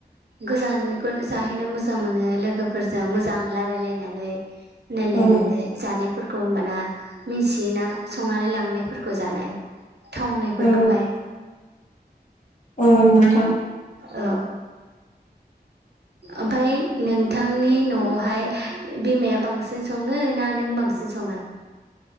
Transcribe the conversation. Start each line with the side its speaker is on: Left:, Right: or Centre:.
Right: गोजानखौ जाहैनो मोजां मोनो लोगोफोरजों मोजां लारायलायनानै। नालायनायनै
Left: औ
Right: जानाय फोरखौ होमबाना मिसियोना संनानै लांनायफोरखौ जानाय। थावनायफोरखौहाय
Left: औ
Right: <inaudible>
Left: औ नोंथां
Right: औ ओमफाय नोंथांनि न'आवहाय बिमाया बांसिन सङो ना नों बांसिन सङो?